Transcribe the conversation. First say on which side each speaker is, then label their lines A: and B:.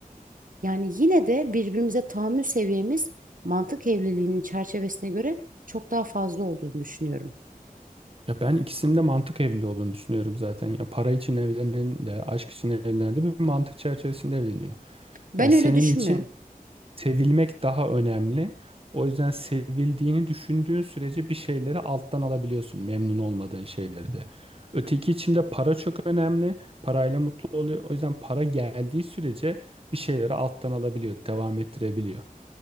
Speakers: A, on the right (about 65°); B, on the right (about 40°).
A: Yani yine de birbirimize tahammül seviyemiz mantık evliliğinin çerçevesine göre çok daha fazla olduğunu düşünüyorum.
B: Ya ben ikisinin de mantık evliliği olduğunu düşünüyorum zaten. Ya para için evlenen de, aşk için evlenen de bir mantık çerçevesinde evleniyor.
A: Ben
B: Ya senin
A: öyle düşünmüyorum.
B: için Sevilmek daha önemli. O yüzden sevildiğini düşündüğün sürece bir şeyleri alttan alabiliyorsun, memnun olmadığın şeyleri de. Öteki için de para çok önemli. Parayla mutlu oluyor. O yüzden para geldiği sürece bir şeyleri alttan alabiliyor, devam ettirebiliyor.